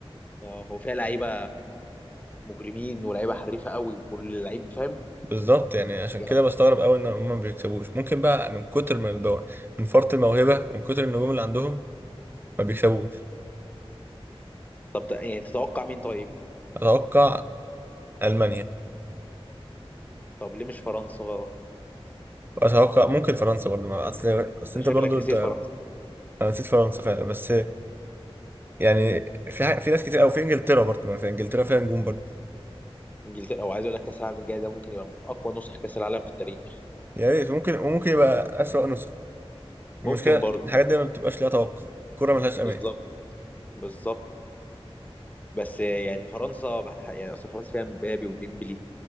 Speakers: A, on the left; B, on the right.
A: اه وفيها لعيبه مجرمين ولاعيبه حريفه قوي وكل لعيب فاهم
B: بالظبط يعني عشان
A: يعني
B: كده
A: أنت-
B: بستغرب قوي ان هم ما بيكسبوش ممكن بقى من كتر ما البو... من فرط الموهبة ومن كتر النجوم اللي عندهم ما بيكسبوش
A: طب يعني تتوقع مين طيب
B: اتوقع المانيا
A: طب ليه مش فرنسا
B: واتوقع ممكن فرنسا برضه ما اصل اصل
A: انت شكلك
B: انت برضه
A: نسيت
B: انت
A: فرنسا
B: انا نسيت فرنسا فعلا بس يعني في حاجة... في ناس كتير قوي في انجلترا برضه ما في انجلترا فيها نجوم برضه
A: انجلترا او عايز اقول لك كاس العالم الجاي ده ممكن يبقى من اقوى نسخ كاس العالم في التاريخ
B: يا ريت ممكن وممكن يبقى اسوأ نسخة
A: ممكن
B: المشكلة
A: برضه
B: الحاجات دي ما بتبقاش ليها توقع الكورة ملهاش امان
A: بالظبط بالظبط بس يعني فرنسا بح- يعني اصل فرنسا فيها مبابي وديمبلي